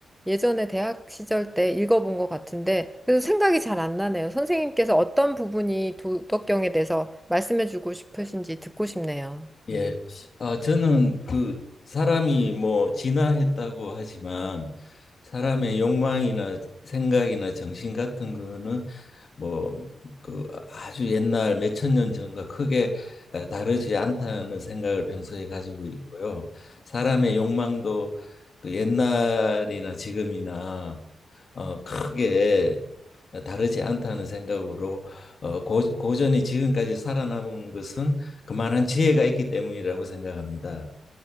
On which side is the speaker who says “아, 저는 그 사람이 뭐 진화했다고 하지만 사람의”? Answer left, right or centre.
Left